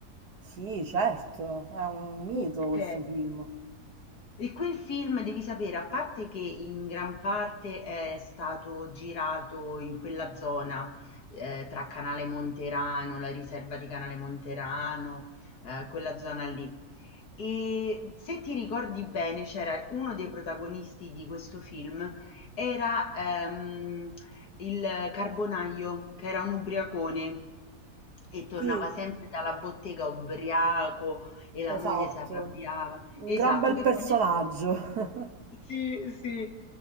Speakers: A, on the right (about 80°); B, on the left (about 80°).
A: Sì, certo, è un mito
B: Ok,
A: questo film.
B: E quel film devi sapere, a parte che in gran parte è stato girato in quella zona, eh, tra Canale Monterano, la riserva di Canale Monterano, eh, quella zona lì. E se ti ricordi bene, c'era uno dei protagonisti di questo film, era ehm, il Carbonaio, che era un ubriacone e tornava
A: Sì,
B: sempre dalla bottega ubriaco e
A: esatto.
B: la moglie si arrabbiava.
A: Un
B: Esatto,
A: gran bel
B: che
A: personaggio.
B: poi
A: <laughs>
B: sì, sì.